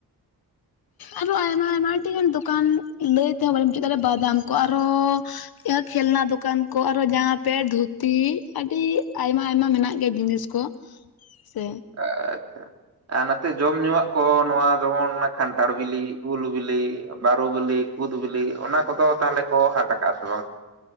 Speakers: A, on the left; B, on the right.
A: ᱟᱨᱚ ᱟᱭᱢᱟ ᱟᱭᱢᱟ ᱟᱹᱰᱤ ᱜᱟᱱ ᱫᱚᱠᱟᱱ ᱞᱟᱹᱭ ᱛᱮᱦᱚᱸ ᱵᱟ, ᱭ ᱢᱩᱪᱟᱹᱫ ᱫᱟᱲᱮᱭᱟᱜᱼᱟ ᱵᱟᱫᱟᱢ ᱠᱚ ᱟᱨᱚ ᱠᱷᱮᱞᱱᱟ ᱫᱚᱠᱟᱱ ᱠᱚ ᱟᱨᱚ ᱡᱟᱢᱟ ᱯᱮᱴ ᱫᱷᱩᱛᱤ ᱟᱹᱰᱤ ᱟᱭᱢᱟ ᱟᱭᱢᱟ ᱢᱮᱱᱟᱜ ᱜᱮᱭᱟ ᱡᱤᱱᱤᱥ ᱠᱚ ᱥᱮ
B: ᱟᱪᱪᱷᱟ ᱟᱨ ᱱᱚᱛᱮ ᱡᱚᱢ ᱧᱩᱣᱟᱜ ᱠᱚ ᱱᱚᱣᱟ ᱡᱮᱢᱚᱱ ᱠᱷᱟᱱᱴᱷᱟᱲ ᱵᱤᱞᱤ ᱩᱞ ᱵᱤᱞᱤ ᱵᱟᱹᱨᱩ ᱵᱤᱞᱤ ᱠᱩᱫ ᱵᱤᱞᱤ ᱚᱱᱟ ᱠᱚᱫᱚ ᱛᱟᱦᱚᱞᱮ ᱠᱚ ᱦᱟᱴ ᱠᱟᱜᱼᱟ ᱥᱮ ᱵᱟᱝ